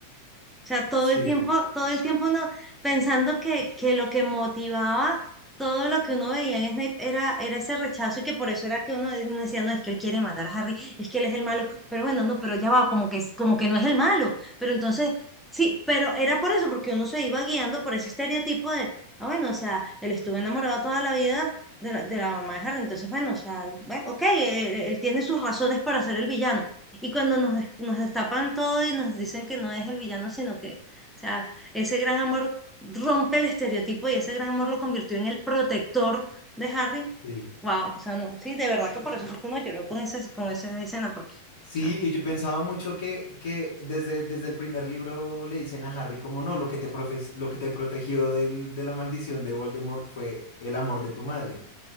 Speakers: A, in the centre; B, on the left.
A: O sea, todo
B: sí,
A: el tiempo, todo el tiempo no, pensando que, que lo que motivaba todo lo que uno veía en Snape era, era ese rechazo y que por eso era que uno, de- uno decía, no, es que él quiere matar a Harry, es que él es el malo, pero bueno, no, pero ya va, como que, es- como que no es el malo. Pero entonces, sí, pero era por eso, porque uno se iba guiando por ese estereotipo de, ah, bueno, o sea, él estuvo enamorado toda la vida. De la, de la mamá de Harry, entonces, bueno, o sea, bueno, ok, él él tiene sus razones para ser el villano y cuando nos, des- nos destapan todo y nos dicen que no es el villano, sino que, o sea, ese gran amor rompe el estereotipo y ese gran amor lo convirtió en el protector de Harry.
B: sí.
A: Wow, o sea, no, sí, de verdad que por eso fue que uno lloró con esa, con esa escena, porque,
B: Sí,
A: o sea,
B: y yo pensaba mucho que, que desde, desde el primer libro le dicen a Harry como no, lo que te profe- lo que te protegió del- de la maldición de Voldemort fue el amor de tu madre.